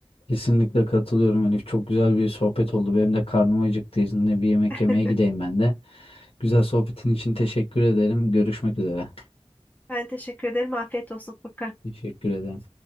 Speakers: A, on the left (about 65°); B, on the left (about 15°).
A: Kesinlikle katılıyorum Elif. Çok güzel bir sohbet oldu. Benim de karnım acıktı. İzninle bir yemek
B: <laughs>
A: yemeye gideyim ben de. Güzel sohbetin için teşekkür ederim. Görüşmek üzere.
B: Ben teşekkür ederim. Afiyet olsun Furkan.
A: Teşekkür ederim.